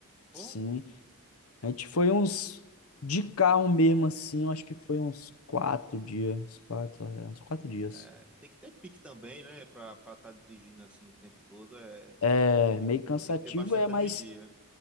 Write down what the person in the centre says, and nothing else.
Pô,
que-
é, tem que ter pique também, né? Pra estar tá dirigindo assim o tempo todo. É,
tem que ter bastante
energia.